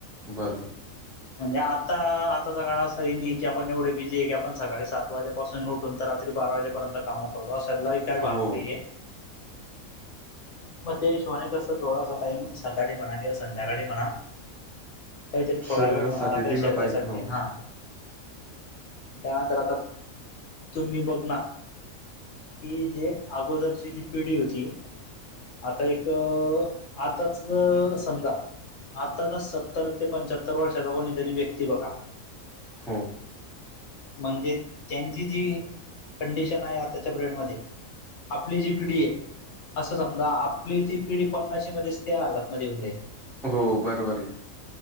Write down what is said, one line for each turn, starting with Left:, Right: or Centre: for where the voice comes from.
Centre: बरं बर.
Left: <inaudible> म्हणजे आता आताचा काळ असा हे नाही की आपण एवढे बिझी आहे की आपण सकाळी सात वाजेपासून उठून. रात्री बारा वाजेपर्यंत काम करतो अालाही काही भाग
Centre: हो.
Left: नाहीये. मग ते शोने कसं थोडासा टाईम सकाळी म्हणा किंवा संध्याकाळी म्हणा. काहीतरी
Centre: शरीरासाठी
Left: थोडा वेळ म्हणाला आपल्या
Centre: दिला
Left: शरीरासाठी
Centre: पाहिजे हो
Left: हा. त्यानंतर आता तुम्ही बघ ना. हि जे अगोदरची जी पिढी होती. आता एक आताच समजा आताच सत्ता. ते पंच्याहत्तर वर्षाचा कोणीतरी व्यक्ती बघा.
Centre: हा.
Left: म्हणजे त्यांची जी कंडिशन आहे आताच्या पिरियड मध्ये. आपली जी पिढी आहे असं समजा आपली ती पिढी पन्नाशी मध्येच त्या हातमध्ये होऊन जाईे.
Centre: हो बरं बर आहे.